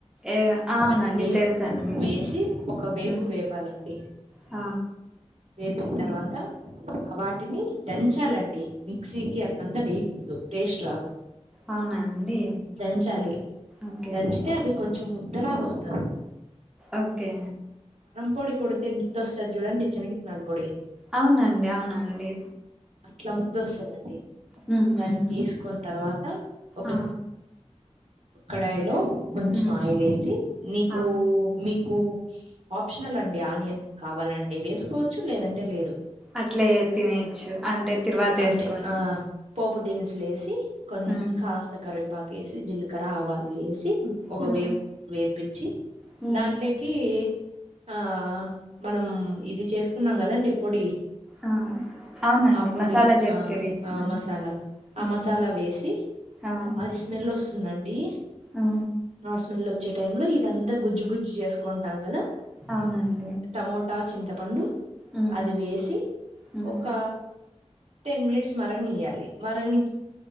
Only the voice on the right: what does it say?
అవన్నీ
వేసి ఒక వేపు
వేపాలండి
వేపిన తర్వాత వాటిని దంచాలండి మిక్సీకి అట్లంతా వేకూడదు టేస్ట్ రాదు
దంచాలి
దంచితే అది కొంచెం ముద్దలాగా వస్తది
పొడి కొడితే ఎంతస్తదో చుడండి చాణిగిత్నలా పొడి
అట్లా ముదుస్తుదండి
దాన్ని తీసుకున్న తర్వాత ఒక
కడాయిలో కొంచెం
ఆయిల్ వేసి నీకు
మీకు కు ఆప్షనల్ అండి ఆనియన్ కావాలంటే వేసుకోవచ్చు లేదంటే లేదు
అంటే
ఆ పోపు దినుసులు ఏసీ
కాస్త కరివేపాక వేసి జీలకర్ర ఆవాలు వేసి ఒక
వేపు వేపిచ్చి
దాంట్లోకి ఆ మనం ఇది చేసుకున్నాం కదండి పొడి
ఆ పొడి
ఆ ఆ
మసాలా ఆ
మసాలా వేసి
అది స్మెల్ వస్తుందండి
ఆ స్మెల్ వచ్చే టై లో ఇదంతా గుజ్జు గుజ్జు చేసుకుంటాం కదా
టమోటా చింతపండు
అది వేసి
ఒక టెన్ మినిట్స్ మరగ నెయ్యాలి మరగ ను